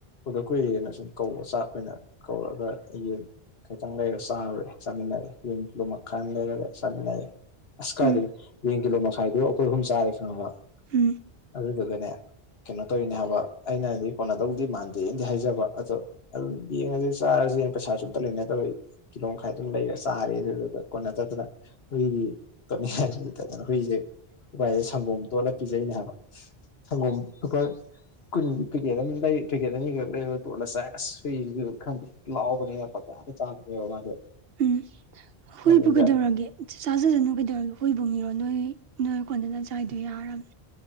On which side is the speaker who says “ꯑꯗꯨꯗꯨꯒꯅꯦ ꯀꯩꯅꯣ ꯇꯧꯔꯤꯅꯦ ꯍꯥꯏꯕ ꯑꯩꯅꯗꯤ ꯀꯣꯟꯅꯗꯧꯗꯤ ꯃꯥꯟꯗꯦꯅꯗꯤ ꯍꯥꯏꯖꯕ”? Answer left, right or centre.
Left